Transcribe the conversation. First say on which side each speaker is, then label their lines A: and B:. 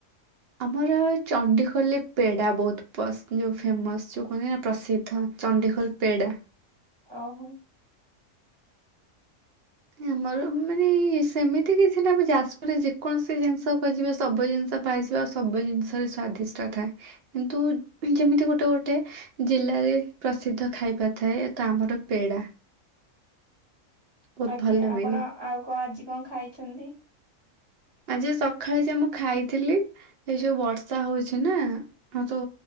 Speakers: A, on the right; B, on the right.
A: ଆମର ଚଣ୍ଡିଖୋଲରେ ପେଡ଼ା ବହୁତ ଯେଉଁ ଫେମସ୍ ଯେଉଁ କୁହନ୍ତି ନା ପ୍ରସିଦ୍ଧ। ଚଣ୍ଡିଖୋଲ ପେଡ଼ା।
B: ଓହୋ।
A: ଆମର ମାନେ ସେମିତି କିଛି ନା ଯାଜପୁରରେ ଯେକୌଣସି ଜିନିଷ ଖୋଜିବ ସବୁ ଜିନିଷ ପାଇଯିବା ସବୁ ଜିନିଷରେ ସ୍ଵାଦିଷ୍ଟା ଥାଏ। କିନ୍ତୁ ଯେମିତି ଗୋଟେ ଗୋଟେ ଜିଲ୍ଲାରେ ପ୍ରସିଦ୍ଧ ଖାଇବା ଥାଏ। ତ ଆମର ପେଡା। ବହୁତ
B: ଆଜ୍ଞା।
A: ଭଲ
B: ଆପଣ
A: ମିଳେ।
B: ଆଉ କଣ ଆଜି କଣ ଖାଇଛନ୍ତି?
A: ଆଜି ସକାଳେ ଯା ମୁଁ ଖାଇଥିଲି ଏ ଯୋଉ ବର୍ଷା ହଉଛି ନା। ହଁ ତ